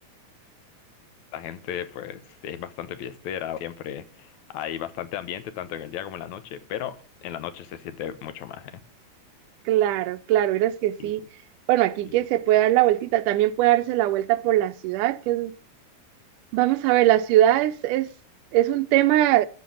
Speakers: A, on the left; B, on the right.
A: la gente, pues, es bastante fiestera, siempre hay bastante ambiente, tanto en el día como en la noche, pero en la noche se siente mucho más, ¿eh?
B: Claro, claro, eres que sí.
A: Sí, sí,
B: Bueno, aquí
A: sí,
B: que se puede dar la vueltita, también puede darse la vuelta por la ciudad, que es Vamos a ver, la ciudad es, es, es un tema